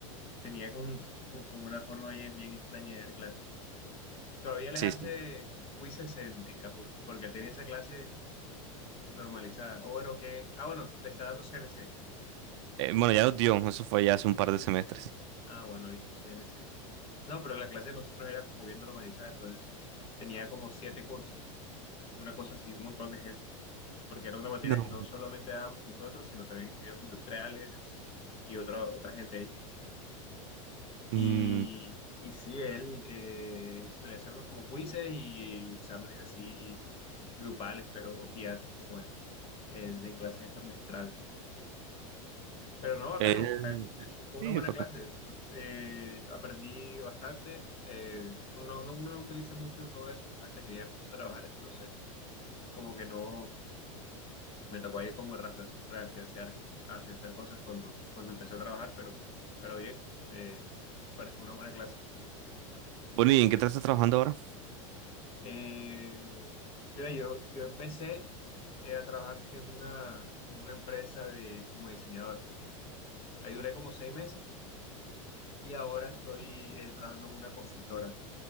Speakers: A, on the left (about 30°); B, on the right (about 55°).
A: Tenía como, un- como una forma bien, bien extraña de dar clases. Todavía les
B: Sí,
A: hace
B: sí.
A: quizzes en, en Kahoot, porque él tenía esa clase normalizada. O bueno, que, ah, bueno, le está dando CNC.
B: Eh, bueno, ya lo dio, eso fue ya hace un par de semestres.
A: Ah, bueno, listo, CNC. No, pero la clase de nosotros era como bien normalizada, entonces tenía como siete cursos, una cosa así, un montón de gente, porque era una materia
B: No.
A: que no solamente dábamos nosotros, sino también ingenieros industriales y otra, otra gente. Y,
B: Mm,
A: y sí, él eh, solía hacernos como quizzes y exámenes así grupales, pero gigantes como él, en, en clases estas magistrales. Pero no, bacano,
B: él-
A: o sea, fue fue una
B: Sí,
A: buena
B: es
A: clase. Eh, aprendí bastante. eh, uno, no, uno no utiliza mucho todo eso hasta que ya empiezo a trabajar, entonces como que no, me tocó ahí como reafianzar, reafianzar afianzar cosas cuando, cuando empecé a trabajar, pero, pero bien, eh, me pareció una buena clase.
B: Bueno, ¿y en qué te estás trabajando ahora?
A: Eh, mira, yo, yo empecé eh, a trabajar en una, una empresa de, como diseñador. Ahí duré como seis meses y ahora estoy eh, trabajando en una consultora